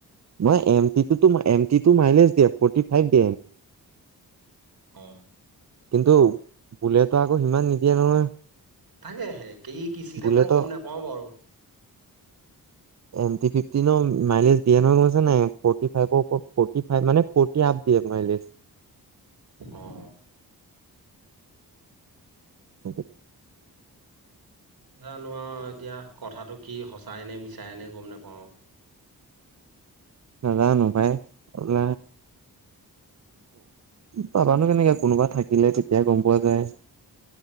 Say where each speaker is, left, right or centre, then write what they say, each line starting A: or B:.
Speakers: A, on the right; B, on the right.
A: মই এম টি টি মাইনাচ দিয়ে ফটি ফাইভ দ
B: অ
A: কিন্তু বোলে তো আকৌ সিমান নিদিয়ে নহয়
B: তাকে হে কি কি চিছে
A: বুলেটো
B: মই গম নাপা অ', বাৰু।
A: এম টি ফিফটিন মাইলেজ দিয়ে নহয় কৈছে নাই ফৰ্টি ফাইভৰওপ ফৰ্টি ফাই মানে ফটি আপ দিয়ে মাইলেজ
B: অ
A: সেইটো
B: জ জানো এতিয়া কথাাতটো কি সঁচাই নে মিছা চাইনে ঘূম ন পাওঁ
A: নাজানো ভাইল পাবাানো কেনেকে কোনোবা থাকিলে তেতিয়াাই গম পোৱা যায়